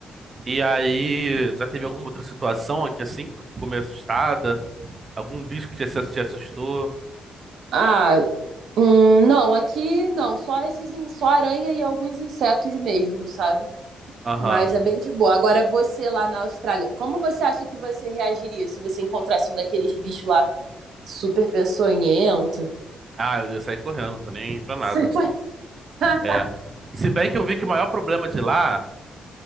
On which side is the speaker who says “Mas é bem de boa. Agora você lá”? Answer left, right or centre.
Right